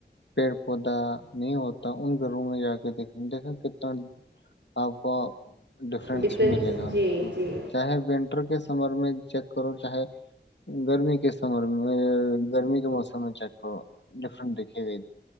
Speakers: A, on the left; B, on the right.
A: پیڑ پودا نہیں ہوتا ان گھروں میں جا کے دیکھنا دیکھا کتنا آپ کو ڈفرنس
B: ڈفرینس
A: ملے گا ان
B: جی
A: کو
B: جی
A: چاہے ونٹر کے سمر میں چیک کرو چاہے گرمی کے سمر میں گرمی کے موسم میں چیک کرو ڈفرنٹ دکھے گے